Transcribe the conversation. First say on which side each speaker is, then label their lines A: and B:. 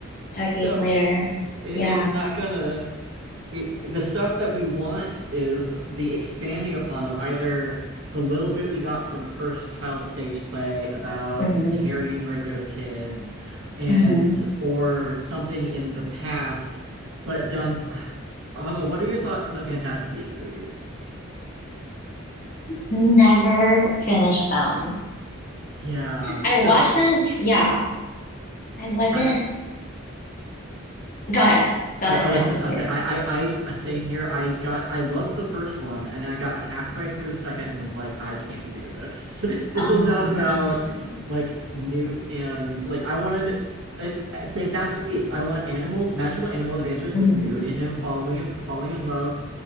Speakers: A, on the left; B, on the right.
A: decades
B: no,
A: later.
B: it-
A: Yeah.
B: it's not gonna, it, the stuff that we want is the expanding upon of either the little bit we got from Cursed Child stage play about
A: hmm
B: Harry and Draco's kids and
A: hmm
B: or something in the past but done <sighs> I don't know what are your thoughts on the Fantastic Beasts movies?
A: Never finished them.
B: Yeah.
A: I
B: So
A: watched them. Yeah, I wasn't.
B: I
A: Go ahead. Go
B: I,
A: ahead.
B: I
A: I
B: was-
A: want
B: I
A: to hear
B: say I
A: it.
B: I I uh, same here. I got I loved the first one, and I got halfway through the second and was like, I can't do this. <laughs> This
A: Oh
B: is not
A: man.
B: about like Newt and like I wanted a, a fantastic piece. I want animal magical animal adventures
A: hmm
B: with Newt and him following and falling in love